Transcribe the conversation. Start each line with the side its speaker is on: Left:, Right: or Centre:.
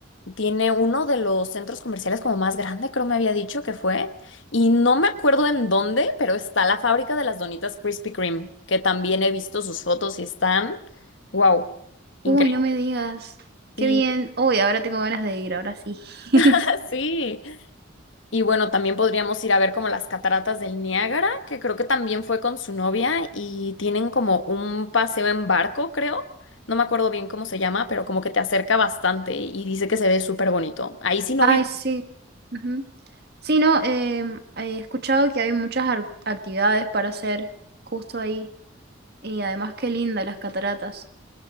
Left: tiene uno de los centros comerciales como más grande, creo me había dicho que fue, y no me acuerdo en dónde, pero está la fábrica de las donitas Krispy Kreme, que también he visto sus fotos y están, wow, increíble.
Right: Uy, no me digas.
Left: Sí,
Right: Qué bien. Uy, ahora tengo ganas de ir, ahora sí. <laughs>
Left: <laughs> sí. Y bueno, también podríamos ir a ver como las cataratas del Niágara, que creo que también fue con su novia y tienen como un paseo en barco, creo. No me acuerdo bien cómo se llama, pero como que te acerca bastante y dice que se ve súper bonito. Ahí sí no
Right: Ay,
Left: vi.
Right: sí. Ujú. Sí, no, em, he escuchado que hay muchas ar- actividades para hacer justo ahí. Y además, qué linda las cataratas.